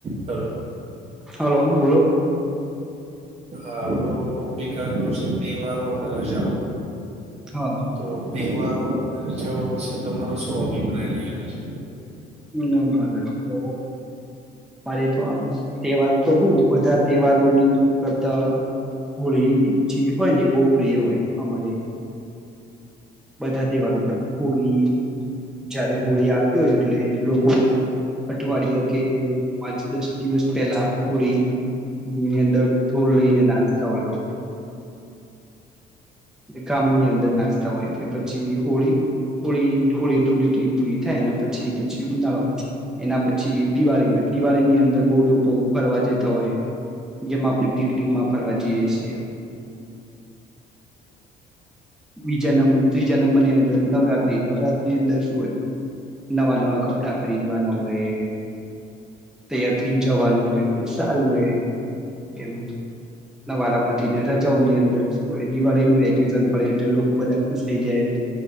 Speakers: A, on the right; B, in the centre.
A: Hello
B: hello hello બોલો
A: હા આપણો ટોપિક આજનો છે તહેવારો અને રજાઓ.
B: હા
A: તો તે. તહેવારો અને રજાઓ વિશે તમારો શું અભિપ્રાય રહેલા છે?
B: એને મારે તો મારે તો આમ તહેવાર તો હું બધા તહેવારોની કરતા હોળી જે હોય ને એ બહ પ્રિય હોય અમારે. બધા તહેવારો કરતા હોળી જયારે હોળી આવતી હોય એટલે લોકો અઠવાડિયા કે પાંચ દસ દિવસ પહેલા હોળીની અંદર ઢોલ લઈને નાચતા હોય લોકો ગામની અંદર નાચતા હોય. પછી હોળી હોળી ધૂળેટી પૂરી થાયને એના પછી પછી ઉનાળો એના પછી દિવાળી હોય દિવાળીની અંદર બહુ લોકો ફરવા જતા હોય જેમાં આપણે પિકનિકમાં ફરવા જઈએ છે. બીજા નં ત્રીજા નંબરની અંદર નવરાત્રી નવરાત્રીની અંદર શું હોય. નવા નવા કપડા ખરીદવાના હોય તૈયાર થઈને જવાનું હોય સારું હોય એમ નવારા પતિને રજાઓની અંદર શું હોય દિવાળીનું વેકેશન પડે એટલે લોકો બધા ખુશ થઈ જાયને